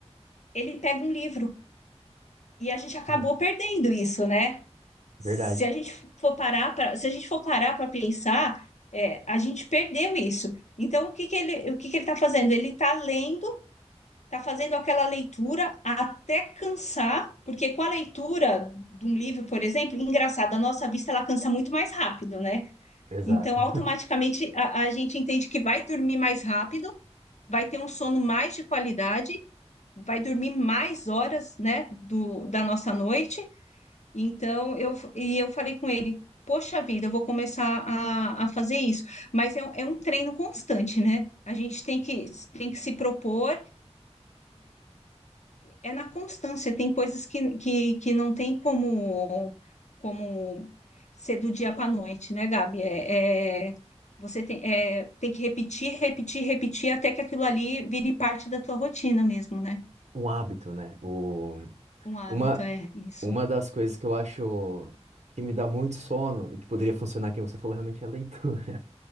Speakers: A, on the left; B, on the right.
A: Ele pega um livro e a gente acabou
B: uhum.
A: perdendo isso, né? Se
B: Verdade.
A: a gente for parar para, se a gente for parar para pensar, é, a gente perdeu isso. Então o que que ele, o que que ele está fazendo? Ele está lendo está fazendo aquela leitura até cansar, porque com a leitura de um livro, por exemplo, engraçado, a nossa vista ela cansa muito mais rápido, né?
B: Exato.
A: Então, automaticamente, a, a gente entende que vai dormir mais rápido, vai ter um sono mais de qualidade, vai dormir mais horas, né, do, da nossa noite. Então, eu, e eu falei com ele, poxa vida, eu vou começar a, a fazer isso. Mas é, um- é um treino constante, né? A gente tem que, tem que se propor é na constância, tem coisas que, que, que não tem como, como ser do dia para a noite, né, Gabi? É, é- você tem, é, tem que repetir, repetir, repetir até que aquilo ali vire parte da tua rotina mesmo, né?
B: Um hábito, né? O...
A: Um hábito,
B: Uma,
A: é isso.
B: uma das coisas que eu acho que me dá muito sono e que poderia funcionar, que você falou, realmente é a leitura.